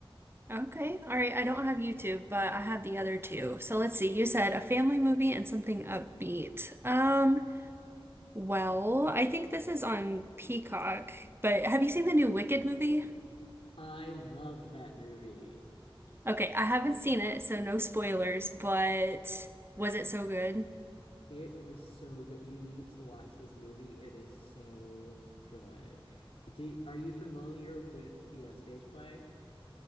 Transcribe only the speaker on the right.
Okay, all right. I don't have YouTube, but I have the other two. So let's see. You said a family movie and something upbeat. Um, well, I think this is on Peacock, but have you seen the new Wicked movie?
Okay, I haven't seen it, so no spoilers, but was it so good?